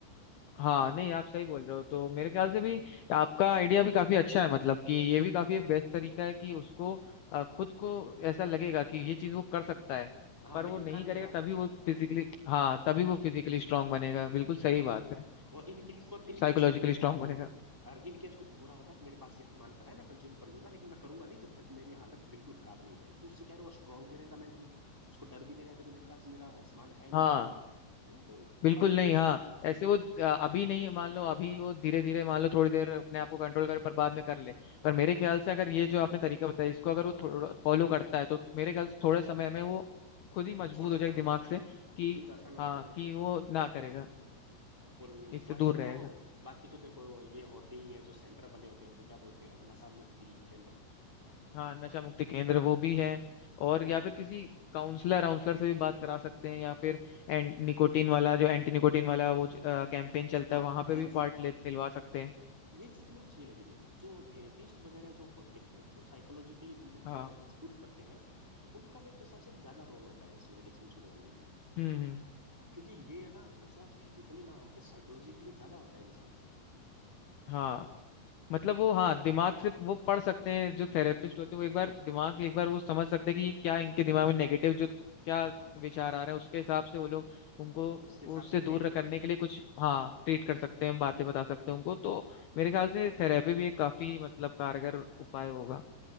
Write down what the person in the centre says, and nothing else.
हाँ
लेकिन
कर नहीं
रहा
हाँ
हाँ
वो इन केस को इन
केस अगर कुछ
हम्म और इन केस कुछ बुरा होता है तो मेरे पास ये सामान पड़ा है मैं कंज्यूम कर लूंगा लेकिन मैं करूंगा नहीं जब तक मेरी हालत बिल्कुल खराब नहीं हो जाएगी तो उससे क्या है ना, वो स्ट्रांग भी रहेगा मेंटली उसको डर भी नहीं रहेगा कि मेरे पास मेरा सामान है नहीं
है ना तो
थोड़ा
हम्म,
हाँ
हाँ छोड़ सकता
है हाँ
चीज आसान हो
सकता है देखो
और
वैसे
तो बाकी तो देखो ये होते ही हैं जो सेंटर बने होते हैं उनको क्या बोलते हैं नशा मुक्ति केंद्र
वो
है
हाँ
एक चीज
ये चीज मेरे को सही लग रही है जो थेरेपिस्ट वगैरह जो होते हैं जो साइकोलॉजिकली बंदे को
मजबूत करते हैं तो उनका मेरे हिसाब से ज्यादा रोल होता है इसमें एडिक्शन छुड़वाने में
क्योंकि ये है ना नशा फिजिकली ना होके साइकोलॉजिकली ज्यादा होता है इंसान को
क्योंकि
उसको
हाँ
हाँ उसके हिसाब
से
ट्रीट करते
हैं